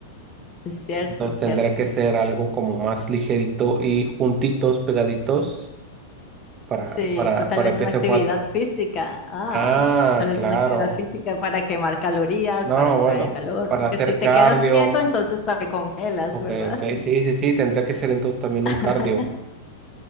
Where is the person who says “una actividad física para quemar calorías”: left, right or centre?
Left